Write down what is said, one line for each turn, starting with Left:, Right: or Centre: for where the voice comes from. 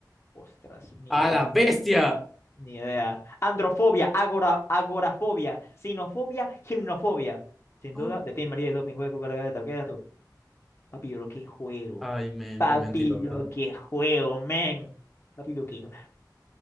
Left: Ostras, ni
Centre: ¡A
Left: idea,
Centre: la bestia!
Left: ni idea. Androfobia, agora, agorafobia, sinofobia, gimnofobia. Sin duda,
Centre: Oh.
Left: de Tim María y Doping Hueco, carga de tal. ¿Qué eras tú? Papi, lo que juego.
Centre: Ay, men,
Left: Papi,
Centre: qué mentirota.
Left: lo que juego, men. Papi, lo que juego.